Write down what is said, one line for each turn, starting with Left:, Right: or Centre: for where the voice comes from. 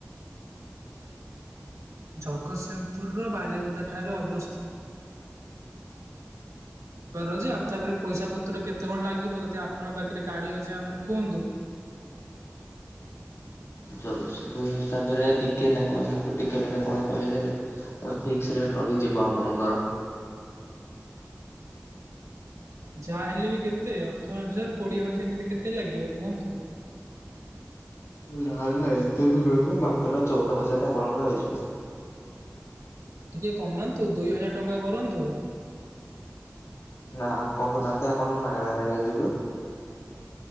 Right: ଜଗତସିଂହପୁରର ବାଲିକୁଦା ଠାରେ ଅବସ୍ଥି ବାର ଯେ ଆପଣଙ୍କ ହିସାବରେ ପଇସା ପତ୍ର କେତେ କଣ ଲାଗିବ ଯଦି ଆପଣଙ୍କ ପାଖରେ ଗାଡ଼ି ଅଛି ଆମୁକୁ କୁହନ୍ତୁ।
Left: ଜଗତସିଂହପୁର ହିସାବରେ ଟିକେ ନା କୁ ଆମକୁ ଟିକେ ମାନେ କଣ କହିଲେ ଅ ଫିକ୍ସ ରେଟ ରହିଯିବ ଆପଣଙ୍କର।
Right: ଯାହା ହେଲେ ବି କେତେ ଅଠର ହଜାର କୋଡିଏ ହଜାର ଏମିତି କେତେ ଲାଗିବ କୁହନ୍ତୁ।
Left: ନା ନା ଏତେ ବି ନୁହେଁ ମାତ୍ର ଚଉଦ ହଜାର ଆପଣଙ୍କର ହେଇଯିବ।
Right: ଟିକେ କମାନ୍ତୁ ଦୁଇ ହଜାର ଟଙ୍କା କରନ୍ତୁ।
Left: ନା କହୁନାହାନ୍ତି ଆପଣଙ୍କୁ ମାଗଣାରେ ନେଇଯିବୁ